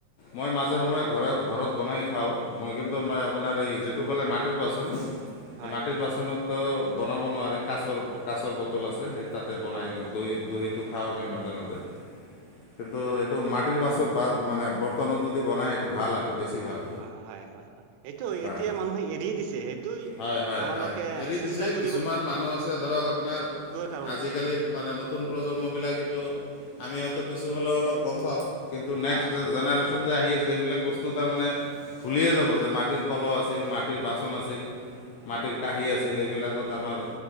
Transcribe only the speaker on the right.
হয়
হয়
অ অ
অ অ
অ হয় হয় হয় সেইটো
এতিয়া মানুহে এৰি দিছে সেইটো
আমালোকে
চেষ্টা
কৰি
কাৰণে
অ অ
হয়
অ অ